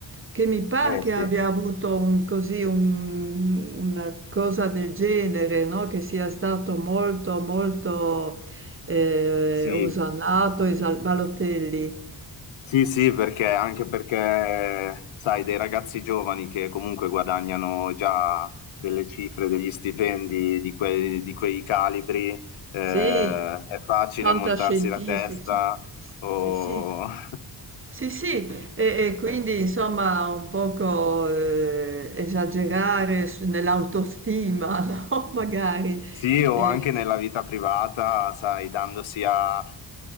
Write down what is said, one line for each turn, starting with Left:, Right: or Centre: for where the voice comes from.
Right: che mi pare
Left: Eh
Right: che
Left: sì,
Right: abbia avuto un- così un- una cosa del genere, no? Che sia stato molto, molto ehm,
Left: sì,
Right: Osannato, Esal Balotelli.
Left: Sì, sì, perché anche perché, sai, dei ragazzi giovani che comunque guadagnano già delle cifre, degli stipendi di quei, di quei calibri, eh,
Right: Sì,
Left: è facile
Right: fantascientifici.
Left: montarsi la testa o...
Right: Sì, sì.
Left: <laughs>
Right: Sì, sì, e, e quindi insomma un poco eh, esagerare su- nell'autostima, <laughs> no? Magari.
Left: Sì, o
Right: E,
Left: anche nella vita privata, sai, dandosi a, a-